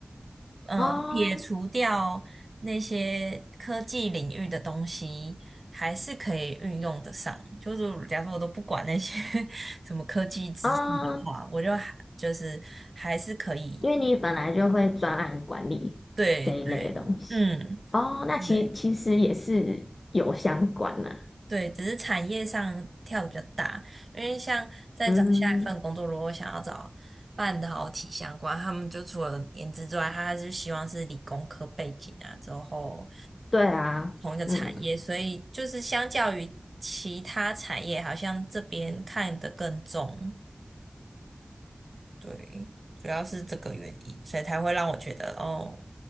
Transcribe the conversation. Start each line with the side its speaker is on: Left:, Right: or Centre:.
Right: 嗯，
Left: 哦，
Right: 撇除掉那些科技领域的东西，还是可以运用得上。就是假如说我都不管那些 <laughs> 什么科技知识的话，
Left: 哦，
Right: 我就还就是还是可以。
Left: 因为你本来就会专案管理这一类的东西。
Right: 对对，嗯，
Left: 哦，那其其实也是有相关的。
Right: 对。对，只是产业上跳的比较大，因为像在找下一份工作，
Left: 嗯，
Right: 如果想要找半导体相关，他们就除了颜值之外，他还是希望是理工科背景啊，之后
Left: 对啊，
Right: 同一个产业，
Left: 嗯。
Right: 所以就是相较于其他产业，好像这边看得更重。对，主要是这个原因，所以才会让我觉得，哦，